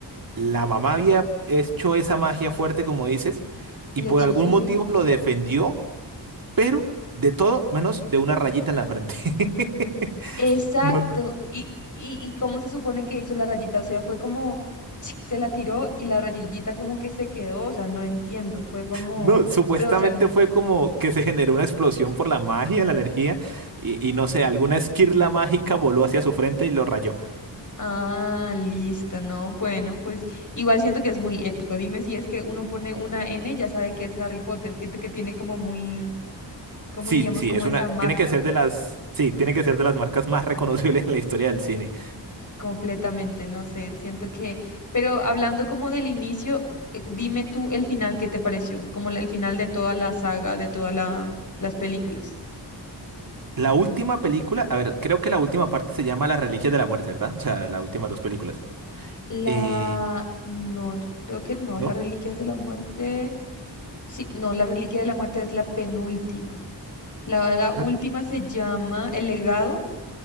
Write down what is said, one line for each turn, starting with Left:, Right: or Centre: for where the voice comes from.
Right: La mamá había hecho esa magia fuerte, como dices,
Left: El
Right: y por
Left: hechizo,
Right: algún
Left: sí.
Right: motivo lo defendió, pero de todo menos de una rayita en la frente. <laughs>
Left: Exacto.
Right: No,
Left: ¿Y, y, y cómo se supone que hizo la rayita? O sea, fue como <tsk> se la tiró y la rayita como que se quedó, o sea, no entiendo, fue como,
Right: No, supuestamente
Left: pero o sea,
Right: fue como que se generó una explosión por la magia, la energía, y, y no sé, alguna esquirla mágica voló hacia su frente y lo rayó.
Left: Ah, listo, no, bueno, pues igual siento que es muy épico. Dime si es que uno pone una N, ya sabe que es Harry Potter, siento que tiene como muy, como
Right: Sí,
Left: diríamos,
Right: sí,
Left: como
Right: es
Left: esa
Right: una, tiene
Left: marca
Right: que ser de las, sí, tiene que ser de las marcas más <laughs> reconocibles en la historia del cine.
Left: completamente, no sé, siento que, pero hablando como del inicio, eh, dime tú el final, ¿qué te pareció? Como la- el final de toda la saga, de todas las películas.
Right: La última película, a ver, creo que la última parte se llama Las Reliquias de la Muerte, ¿verdad? O sea, las últimas dos películas.
Left: La,
Right: Eh,
Left: no, creo que no,
Right: ¿no?
Left: La Reliquias de la Muerte, sí, no, la Reliquia de la Muerte es la penúltima. La, la última
Right: Ah,
Left: se llama El Legado,